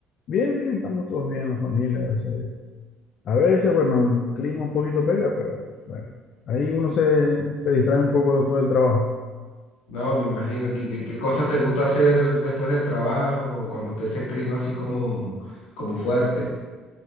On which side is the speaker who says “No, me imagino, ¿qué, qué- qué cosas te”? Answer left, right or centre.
Left